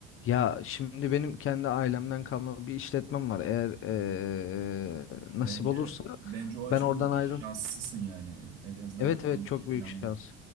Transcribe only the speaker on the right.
Bence
bence o açıdan
şanslısın
yani. En azından
kafandaki
planda.